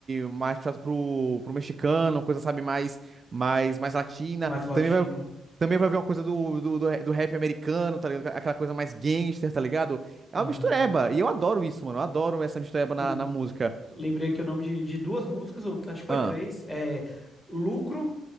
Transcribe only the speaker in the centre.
mais latino.
Aham.
No-
Lembrei aqui o nome de, de duas músicas, ou acho que foi
três. É Lucro